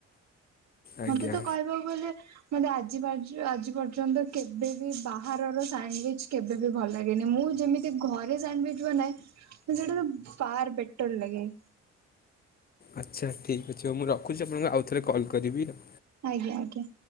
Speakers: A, on the left; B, on the right.
A: ଆଜ୍ଞା
B: ମତେ ତ କହିବାକୁ ଗଲେ ମତେ ଆଜି ଆଜି ପର୍ଯ୍ୟନ୍ତ କେବେବ ବାହାରର ସାଣ୍ଡୱିଚ କେବେବି ଭଲ ଲାଗେନି ମୁଁ ଯେମିତି ସେ ଘରେ ସାଣ୍ଡୱିଚ ବନାଏ ସେଟାକୁ ଫାର ବେଟର ଲାଗେ
A: ଆଚ୍ଛା ଠିକ୍ ଅଛି ହଉ ମୁଁ ରଖୁଛି ଆପଣଙ୍କୁ ଆଉ ଥରେ କଲ୍ କରିବି ଆଉ
B: ଆଜ୍ଞା ଆଜ୍ଞା।